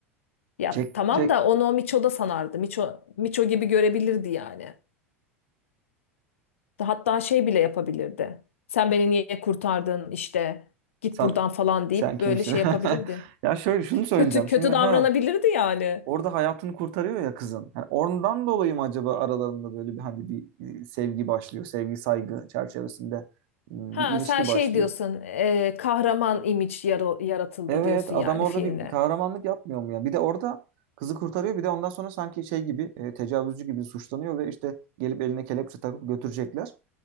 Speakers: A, on the left; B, on the right.
A: Ya
B: Jack,
A: tamam
B: Jack
A: da onu o Miço da sanardı. Miço, Miço gibi görebilirdi yani. Hatta şey bile yapabilirdi. Sen beni niye kurtardın işte git
B: sen,
A: buradan falan deyip
B: sen kimsin?
A: böyle şey
B: <laughs>
A: yapabilirdi.
B: Ya şöyle şunu söyleyeceğim.
A: Kötü kötü
B: Şimdi ha
A: davranabilirdi yani.
B: orada hayatını kurtarıyor ya kızın. Yani oradan dolayı mı acaba aralarında böyle bir hani bir e, sevgi başlıyor. Sevgi saygı çerçevesinde m,
A: Ha
B: bir ilişki
A: sen şey
B: başlıyor.
A: diyorsun e, kahraman imaj yaratıldı
B: Evet
A: diyorsun
B: adam
A: yani
B: orada
A: filmle.
B: bir kahramanlık yapmıyor mu ya? Bir de orada kızı kurtarıyor bir de ondan sonra sanki şey gibi e, tecavüzcü gibi suçlanıyor ve işte gelip eline kelepçe takıp götürecekler.